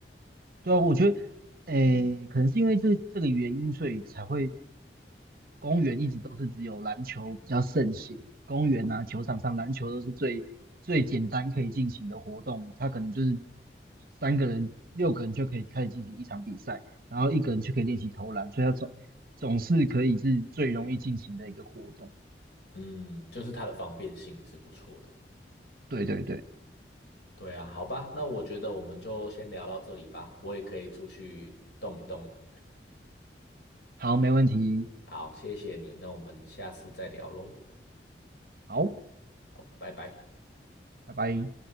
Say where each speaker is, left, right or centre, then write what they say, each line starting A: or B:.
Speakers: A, on the right; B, on the left.
A: 对啊，我觉得，诶，可能是因为这这个原因，所以才会公园一直都是只有篮球比较盛行。公园啊，球场上篮球都是最最简单可以进行的活动，它可能就是三个人、六个人就可以开始进行一场比赛，然后一个人就可以练习投篮，所以它总总是可以是最容易进行的一个活动。
B: 嗯，就是它的方便性是不错的。
A: 对对对，
B: 对啊，好吧，那我觉得我们就先聊到这里吧，我也可以出去动一动了。
A: 好，没问题，
B: 好，谢谢你，那我们下次再聊喽。
A: 好，
B: 好，拜拜。
A: 拜拜。